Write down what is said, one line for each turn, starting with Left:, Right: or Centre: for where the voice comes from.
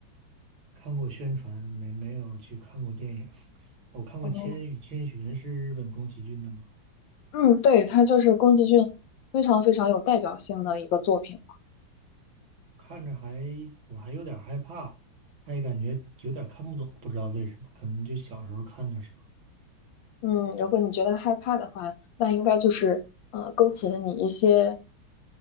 Right: 看过宣传，没没有去看过电影。我看过《千与千寻》，
Left: 哦
Right: 是日本宫崎骏的吗？
Left: 嗯，对，它就是宫崎骏非常非常有代表性的一个作品。
Right: 看着还我还有点害怕，还感觉有点看不懂，不知道为什么，可能就小时候看的时候。
Left: 嗯，如果你觉得害怕的话，那应该就是呃勾起了你一些